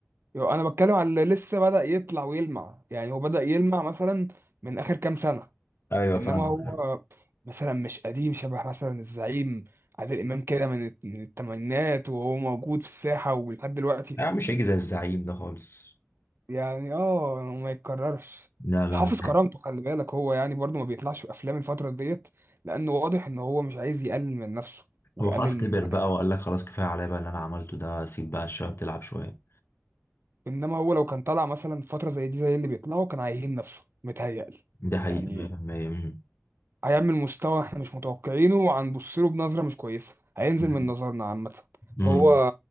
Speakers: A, on the right; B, on the left.
A: أنا بتكلم على اللي لسه بدأ يطلع ويلمع يعني هو بدأ يلمع مثلا من آخر كام سنة
B: ايوه
A: انما
B: فاهمك
A: هو مثلا مش قديم شبه مثلا الزعيم عادل امام كده من الت- من التمانينات وهو موجود في الساحه ولحد دلوقتي
B: لا مش هيجي زي الزعيم ده خالص
A: يعني اه ما يتكررش
B: لا لا
A: حافظ كرامته خلي بالك هو يعني برضو ما بيطلعش في افلام الفتره ديت لانه واضح ان هو مش عايز يقلل من نفسه ويقلل
B: هو خلاص
A: من
B: كبر
A: مكانته
B: بقى وقال لك خلاص كفايه عليا بقى اللي انا عملته ده سيب بقى الشباب تلعب شويه
A: انما هو لو كان طلع مثلا في فتره زي دي زي اللي بيطلعوا كان هيهين نفسه متهيألي
B: دي حقيقه
A: يعني
B: 100%
A: هيعمل مستوى احنا مش متوقعينه وهنبص له بنظره مش كويسه هينزل
B: امم
A: من نظرنا عامه فهو
B: امم